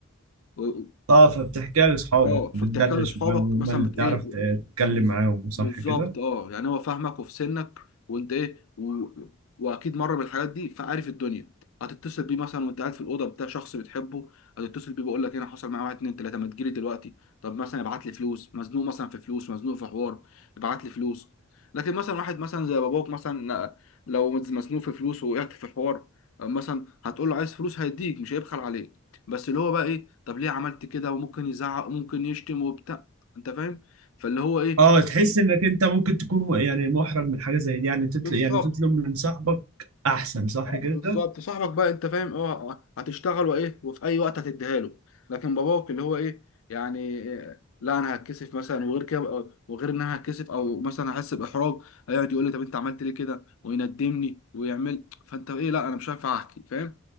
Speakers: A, on the left; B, on the right.
A: هو
B: اه فبتحكيها لاصحابك
A: اه فبتحكيها
B: بتدردش
A: لاصحابك
B: معاهم
A: مثلا
B: هم اللي
A: بت
B: بتعرف
A: ايه
B: ت- تتكلم
A: بز-
B: معاهم صح
A: بالظبط
B: كده؟
A: اه يعني هو فاهمك وفي سنك وانت ايه و... واكيد مر بالحاجات دي فعارف الدنيا هتتصل بيه مثلا وانت قاعد في الاوضه بتاع شخص بتحبه هتتصل بيه بيقول لك هنا حصل معايا واحد اتنين تلاته ما تجيلي دلوقتي طب مثلا ابعت لي فلوس مزنوق مثلا في فلوس مزنوق في حوار ابعت لي فلوس لكن مثلا واحد مثلا زي باباك مثلا لو مزنوق في فلوس وقعت في حوار مثلا هتقول له عايز فلوس هيديك مش هيبخل عليك بس اللي هو بقى ايه طب ليه عملت كده وممكن يزعق وممكن يشتم وبتاع انت فاهم فاللي هو ايه
B: اه تحس انك انت ممكن تكون م- يعني محرج من حاجه زي دي يعني تطلب
A: بالظبط
B: يعني تطلب من صاحبك احسن صح
A: آه،
B: كده؟
A: بالظبط صاحبك بقى انت فاهم اه هتشتغل وايه وفي اي وقت هتديها له لكن باباك اللي هو ايه يعني إيه، لا انا هتكسف مثلا وغير كده وغير ان انا هتكسف او مثلا احس باحراج هيقعد يقول لي طب انت عملت ليه كده ويندمني ويعمل فانت ايه لا انا مش هينفع احكي فاهم